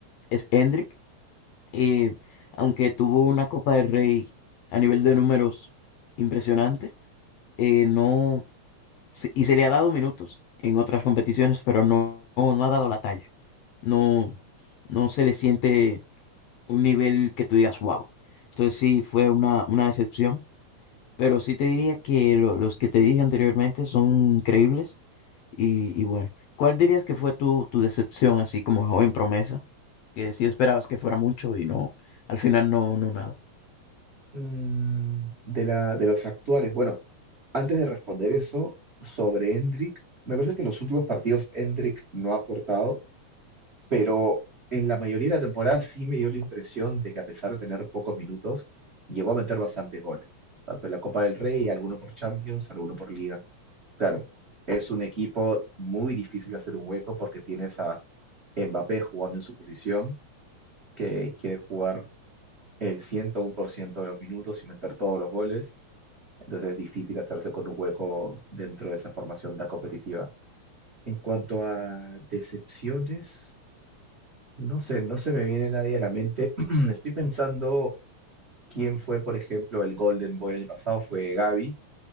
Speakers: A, on the left; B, on the right.
A: es Hendrik. Eh, aunque tuvo una Copa del Rey a nivel de números impresionante, eh, no, se- y se le ha dado minutos en otras competiciones, pero no, no, no ha dado la talla. No, no se le siente un nivel que tú digas, wow. Entonces sí, fue una, una decepción, pero sí te diría que lo- los que te dije anteriormente son creíbles y, y bueno, ¿cuál dirías que fue tu, tu decepción así como joven promesa? Que sí esperabas que fuera mucho y no, al final no, no nada.
B: Mm, de la, de los actuales, bueno, antes de responder eso, sobre Endrick, me parece que en los últimos partidos Endrick no ha aportado, Pero en la mayoría de la temporada sí me dio la impresión de que a pesar de tener pocos minutos, llegó a meter bastantes goles, tanto en la Copa del Rey, alguno por Champions, alguno por Liga. Claro, es un equipo muy difícil de hacer un hueco porque tienes a Mbappé jugando en su posición, que quiere jugar el 101% de los minutos y meter todos los goles. Entonces es difícil hacerse con un hueco dentro de esa formación tan competitiva. En cuanto a decepciones, no sé, no se me viene nadie a la mente. <clears throat> Estoy pensando quién fue, por ejemplo, el Golden Boy el año pasado, fue Gavi.